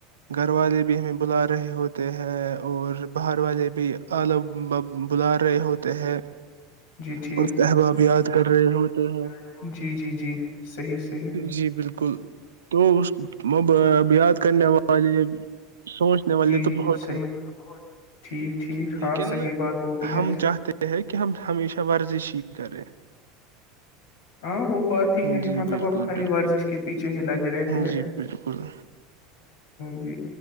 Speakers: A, on the right (about 75°); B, on the left (about 60°).
A: گھر والے بھی ہمیں بلا رہے ہوتے ہیں اور باہر والے بھی آو <unintelligible> ب ل رہے ہوتے ہیں
B: جی ٹھیک
A: اور احباب یاد کر رہے ہوتے ہیں
B: ہوتے جی جی ہیں، جی صحیح صحیح
A: جی بالکل توب یاد کرنے والے سوچنے والے
B: جی جی
A: تو بہت
B: صحیح
A: ہے
B: ٹھیک ٹھیک ہاں
A: لیکن
B: صحیح بات وہ بھی
A: ہم
B: ہے
A: چاہتے ہیں کہ ہم ہمیشہ ورزش ہی کریں
B: ہو <unintelligible> بات ہی ہے
A: جی
B: مطلب
A: بالکل
B: آپ خالی
A: بالکل
B: ورزش کے پیچھے ہی لگے رہتے ہیں
A: جی بالکل
B: جی